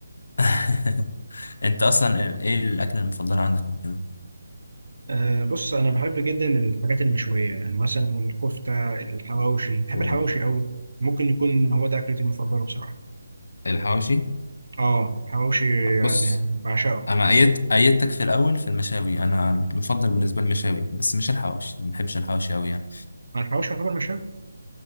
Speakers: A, on the left; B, on the right.
A: <laughs> انت اصلا ايه الاكل المفضل عندك وكده
B: أه بص أنا بحب جدا الحاجات المشوية يعني مثلا الكفتة الحواوشي بحب
A: مم.
B: الحواوشي قوي ممكن يكون هو ده أكلتي المفضلة بصراحة
A: الحواوشي
B: آه حواوشي
A: بص
B: يعني بعشقه
A: انا ايدت ايدتك في الاول في المشاوي انا المفضل بالنسبه لي المشاوي بس مش الحواوشي ما بحبش الحواوشي قوي يعني
B: أنا الحواوشي يعتبر مشاوي